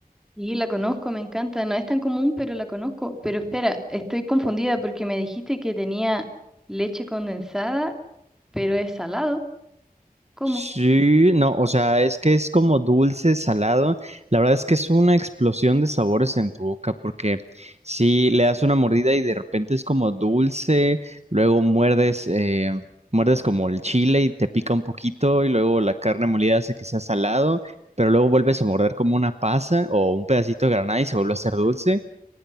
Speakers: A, in the centre; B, on the right.
A: Sí, la conozco, me encanta, no es tan común, pero la conozco. Pero espera, estoy confundida porque me dijiste que tenía leche condensada, pero es salado. ¿Cómo?
B: Sí, no, o sea, es que es como dulce, salado. La verdad es que es una explosión de sabores en tu boca, porque si le das una mordida y de repente es como dulce, luego muerdes, eh, muerdes como el chile y te pica un poquito, y luego la carne molida hace que sea salado, pero luego vuelves a morder como una pasa o un pedacito de granada y se vuelve a hacer dulce.